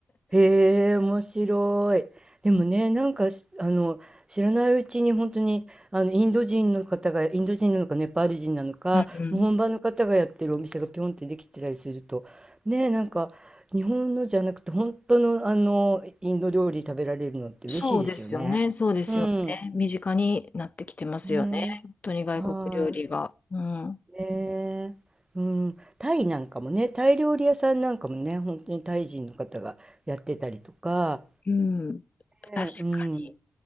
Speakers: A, on the right; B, on the left.
A: へえ、面白い。でもね、
B: うん
A: なんかし、あの、知らないうちに本当に、あの、インド人の方が、インド人なのか、ネパール人なのか、
B: うん。
A: もう本場の方がやってるお店がピョンってできてたりすると、ね、なんか、日本のじゃなくて、本当の、あの、インド料理食べられるのって嬉しいですよね。
B: そうですよね、そうですよね。
A: うん。
B: 身近になってきてますよね。
A: ね、
B: 本当に外国料理が。
A: はーい。
B: うん。
A: ねえ、うん、タイなんかもね、タイ料理屋さんなんかもね、本当にタイ人の方がやってたりとか、
B: うん。確かに。
A: ねうん、